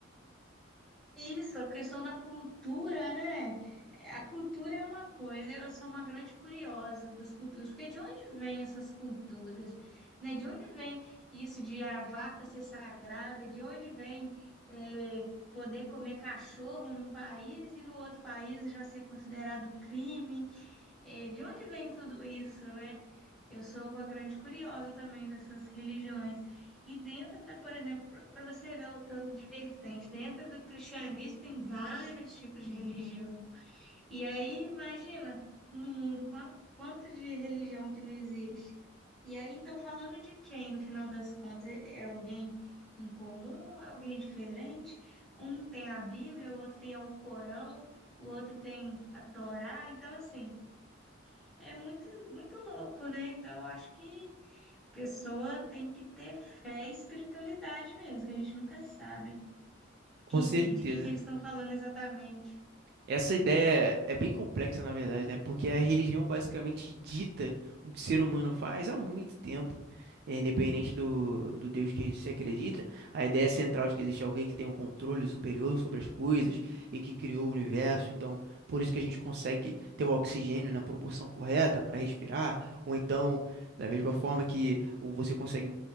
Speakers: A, in the centre; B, on the right (about 55°).
A: Isso, a questão da cultura, né? É, A cultura é uma coisa, eu sou uma grande curiosa das culturas, porque de onde vêm essas culturas, né? De onde vem isso de a vaca ser sagrada? De onde vem é, poder comer cachorro num país e no outro país já ser considerado crime? É, de onde vem tudo isso, né? Eu sou uma grande curiosa também dessas religiões. E dentro da, por exemplo, para você ver o tanto de vertente, dentro do cristianismo tem vários tipos de religião. E aí, imagina, no mundo, qua- quanto de religião que não existe. E aí, estão falando de quem, no final das contas? É é alguém em comum? É alguém diferente? Um tem a Bíblia, o outro tem o Corão, o outro tem a Torá. Então, assim. É muito, muito louco, né? Então, eu acho que a pessoa tem que ter fé e espiritualidade mesmo, que a gente nunca sabe
B: Com
A: que,
B: certeza.
A: que- de que, que eles estão falando exatamente.
B: Essa ideia é bem complexa, na verdade, né? Porque a religião basicamente dita o que o ser humano faz há muito tempo, É, independente do, do Deus que se acredita. A ideia central de que existe alguém que tem um controle superior sobre as coisas e que criou o universo. Então, por isso que a gente consegue ter o oxigênio na proporção correta para respirar, ou então, da mesma forma que o- você consegue